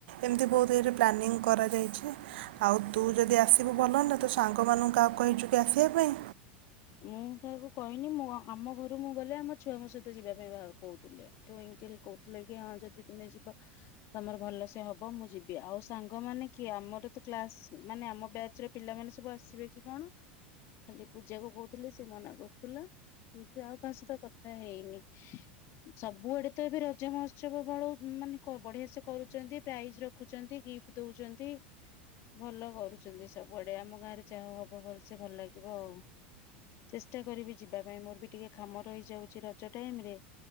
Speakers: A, on the right; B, on the left.
A: ଏମିତି ବହୁତ ଏଇରେ ପ୍ଲାନିଂ କରାଯାଇଛି ଆଉ ତୁ ଯଦି ଆସିବୁ ଭଲ ନା ତ ସାଙ୍ଗମାନଙ୍କୁ କହା କହିଛୁ କି ଆସିବା ପାଇଁ?
B: ମୁଁ ତାକୁ କହିନି ମୁଁ ଆମ ଘରୁ ଛୁଆ ଙ୍କ ସହ ଯିବା ପାଇଁ ବାହା କହୁଥିଲେ ଟୁଇଙ୍କିଲ କହୁଥିଲେ କି ତୁମେ ଯଦି ଯିବ ତମର ଭଲ ସେ ହେବ ମୁଁ ଯିବି ସାଙ୍ଗ ମାନେ କିଏ ଆମର ତ କ୍ଲାସ ଆମ ବାଚ୍ ର ପିଲା ମାନେ ସବୁ ଆସିବେ କି କଣ ଖାଲି ବୁଝି ଜାକୁ କହୁଥିଲେ ସେ ମନା କରୁଥିଲା କିନ୍ତୁ ଆଉ କାହା ସତ କଥା ହେଇନି ସବୁଆଡେ ତ ଏବେ ରଜ ମହୋତ୍ସବ ବଳ ମାନେ ବଢିଆ ସେ କରୁଛନ୍ତି ପ୍ରାଇଜ ରଖୁଛନ୍ତି ଗିଫ୍ଟ ଦଉଛନ୍ତି ଭଲ କରୁଛନ୍ତି ସବୁଆଡେ ଆମ ଗାଁରେ ଯାହା ହବ ଭଲ ସେ ଭଲ ଲାଗିବ ଆଉ। ଚେଷ୍ଟା କରିବି ଯିବା ପାଇଁ ମୋର ବି ଟିକେ କାମ ରହିଯାଉଛି ରଜ ଟାଇମ୍ ରେ